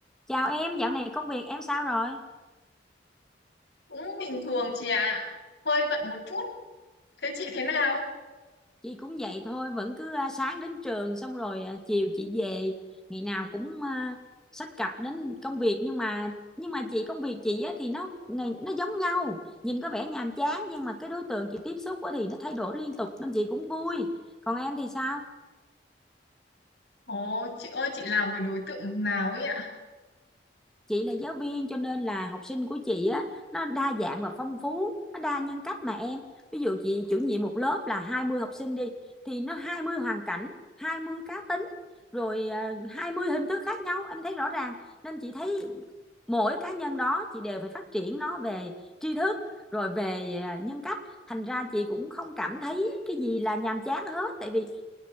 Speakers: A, in the centre; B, on the left.
A: Chào em, dạo này công việc em sao rồi?
B: cũng bình thường chị ạ hơi bận một chút thế chị thế nào
A: Chị cũng vậy thôi, vẫn cứ à, sáng đến trường xong rồi à, chiều chị về, ngày nào cũng à, xách cặp đến công việc nhưng mà nhưng mà chị công việc chị á, thì nó ngày nó giống nhau, nhìn có vẻ nhàm chán nhưng mà cái đối tượng chị tiếp xúc á, thì nó thay đổi liên tục nên chị cũng vui. Còn em thì sao?
B: ồ chị ơi chị làm với đối tượng nào ấy ạ
A: chị là giáo viên cho nên là học sinh của chị á nó đa dạng và phong phú nó đa nhân cách mà em ví dụ chị chủ nhiệm một lớp là 20 học sinh đi thì nó 20 hoàn cảnh 20 cá tính rồi ờ, 20 hình thức khác nhau em thấy rõ ràng nên chị thấy mỗi cá nhân đó chị đều phải phát triển nó về tri thức rồi về ờ, nhân cách thành ra chị cũng không cảm thấy cái gì là nhàm chán hết tại vì